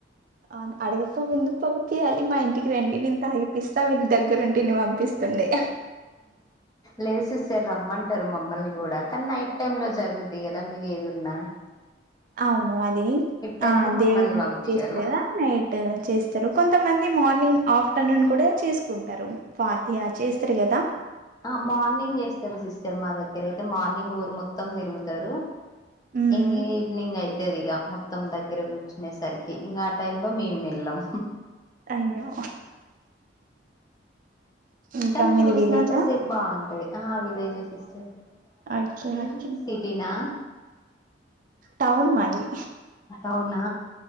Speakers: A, on the right; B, on the left.
A: ఆను అడగక్క ముందు పంపియాల మా ఇంటికి రండి వింత హైప్పిస్తా విళ్ళ దగ్గర ఉండి వటిని పంపిస్తుంది
B: లేదు సిస్టర్ రమ్మంటరు మమ్మల్ని కూడా కానీ నైట్ టైమ్ లో జరుగుద్ది కదా మీది ఏదున్న
A: అవును అది
B: టైమ్
A: ఆ
B: లో మమ్మల్ని
A: దేవుని
B: పంపియ్యరు
A: చేస్తరు కదా నైట్ చేస్తరు కొంతమం ది అతే మార్నింగ్ ఆఫ్టర్నూన్ కూడా చేసుకుంటారు ఫాతియా చేస్తారు కదా
B: ఆ మార్నింగ్ చేస్తారు సిస్టర్ మా దగ్గరైతే మార్నింగ్ ఊరు మొత్తం తిరుగుతారు
A: ఉమ్
B: ఇంగా ఈవినింగ్ అయి త్యదిగా మొత్తం దగ్గర కూర్చునే సరికి ఇంకా ఆ టైమ్ లో మేమెళ్ళాం
A: అయ్యో ఇంకా
B: తను
A: మీది
B: చూసినంత
A: విలేజా
B: సేపు బాగుంటాది ఆ విలేజెస్ తీసిస్టర్
A: ఓకే
B: మిది
A: ఓకే
B: సిటీనా
A: టౌన్ మాది
B: అవునా